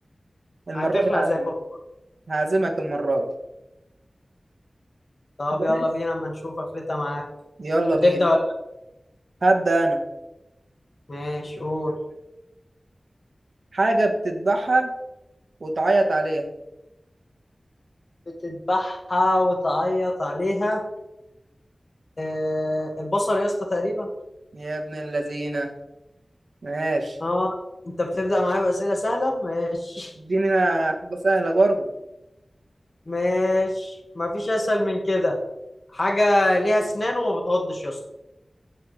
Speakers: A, on the right; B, on the left.
A: المره
B: هتخلع
A: دي هعزمك
B: زي كل مرة.
A: هعزمك المره دي
B: طب
A: جاهز
B: يلا بينا اما نشوف قفلتها معاك
A: يلا
B: هتبدأ
A: بينا
B: ولا
A: هبدا انا
B: ماشي قول
A: حاجه بتذبحها وتعيط عليها
B: بتذبحها وتعيط عليها آه البصل يا اسطى تقريبا
A: يا ابن اللذينه ماشي
B: اه انت بتبدأ معايا بأسئلة سهلة ماشي
A: اديني أنا حاجه سهله برضه
B: ماشي مفيش أسهل من كده حاجة ليها أسنان وما بتعضش يا اسطى